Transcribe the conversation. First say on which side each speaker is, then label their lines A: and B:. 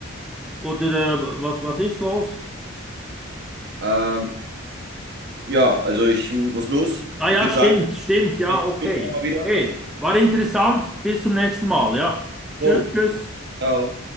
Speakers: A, in the centre; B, on the right.
A: Oder äh, was, was ist los?
B: Ähm, ja, also ich muss los.
A: Ah
B: Ich
A: ja,
B: würde
A: stimmt,
B: sagen,
A: stimmt, ja,
B: vielleicht
A: okay.
B: später nochmal wieder.
A: Hey, war interessant. Bis zum nächsten Mal, ja.
B: Jo.
A: Tschüss, tschüss.
B: Oh.